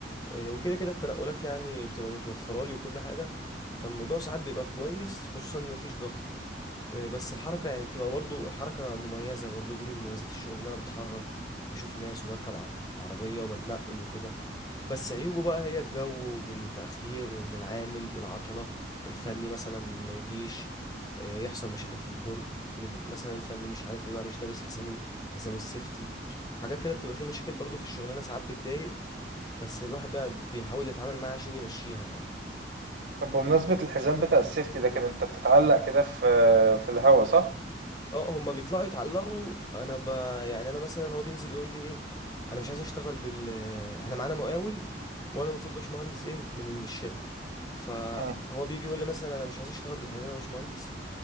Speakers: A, on the left; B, on the right.
A: إيه، وكده كده التنقلات يعني بتبقى متوفره لي وكل حاجه فالموضوع ساعات بيبقى كويس خصوصا ان مفيش ضغط إيه، بس الحركه يعني بتبقى برضو الحركه مميزه برضو دي من مميزات الشغل ان انا بتحرك بشوف ناس وبركب ع- عربيه وبتنقل وكده بس عيوبه بقى هي الجو والتأخير وإن العامل والعطلة الفني مثلا ما يجيش آه، يحصل مشاكل في البرج إن مثلا الفني مش عارف ايه بقى مش لابس حزام ال- حزام السيفتي حاجات كده بتبقى فيه مشاكل برضه في الشغلانة ساعات بتضايق بس الواحد بقى بيحاول يتعامل معاها عشان يمشيها يعني
B: طب بمناسبة الحزام بتاع السيفتي ده كده انت بتتعلق كده في في الهوا صح؟
A: اه هما بيطلعوا يتعلقوا انا ب... يعني انا مثلا هو بينزل يقول لي ايه انا مش عايز اشتغل بال احنا معانا مقاول وانا المفروض باشمهندس ايه من الشركه فهو
B: مم.
A: بيجي يقول لي مثلا انا مش عايز اشتغل بالحزام يا باشمهندس